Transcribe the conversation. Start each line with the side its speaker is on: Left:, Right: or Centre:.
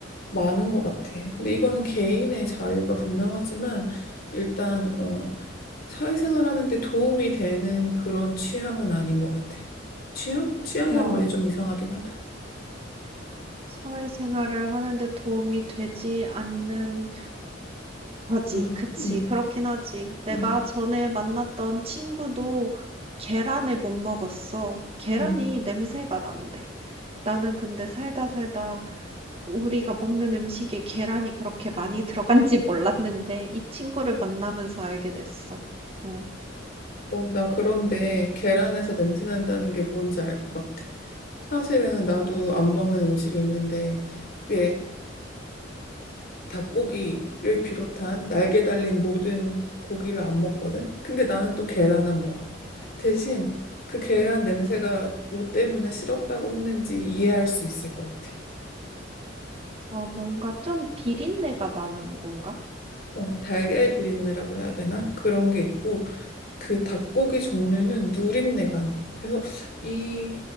Left: 많은 것 같아. 근데 이거는 개인의 자유가 분명하지만 일단 어, 사회생활하는 데 도움이 되는 그런 취향은 아닌 것 같아. 취향? 취향이란
Right: 어,
Left: 말이 좀 이상하긴 하다.
Right: 사회생활을 하는데 도움이 되지 않는 하지,
Left: 음,
Right: 그치.
Left: 음,
Right: 그렇긴 하지. 내가
Left: 음.
Right: 전에 만났던 친구도 계란을 못 먹었어. 계란이
Left: 음.
Right: 냄새가 난대. 나는 근데 살다 살다 우리가 먹는 음식에 계란이 그렇게 많이 들어간지 몰랐는데 이 친구를 만나면서 알게 됐어. 어,
Left: 어, 나 그런데 계란에서 냄새 난다는 게 뭔지 알 것 같아. 사실은 나도
Right: 어,
Left: 안 먹는 음식이 있는데 그게 닭고기를 비롯한 날개 달린 모든 고기를 안 먹거든. 근데 나는 또 계란은 먹어. 대신 그 계란 냄새가 뭐 때문에 싫었다고 했는지 이해할 수 있을 것 같아.
Right: 어, 뭔가 좀 비린내가 나는 건가?
Left: 어, 달걀 비린내라고 해야 되나? 그런 게 있고 그 닭고기 종류는 누린내가 나. 그래서 이